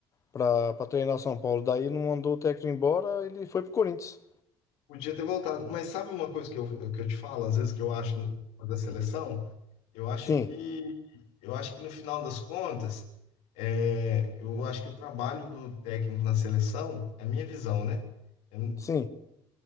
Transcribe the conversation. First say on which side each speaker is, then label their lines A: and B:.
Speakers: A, on the left; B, on the left.
A: pra, pra treinar o São Paulo. Daí não mandou o técnico embora, ele foi pro Corinthians.
B: podia ter voltado. Mas sabe uma coisa que eu, que eu te falo, às vezes que eu acho da seleção? Eu acho
A: Sim,
B: que eu acho que no final das contas, é, eu acho que o trabalho do técnico na seleção, é a minha visão, né? Eu,
A: sim.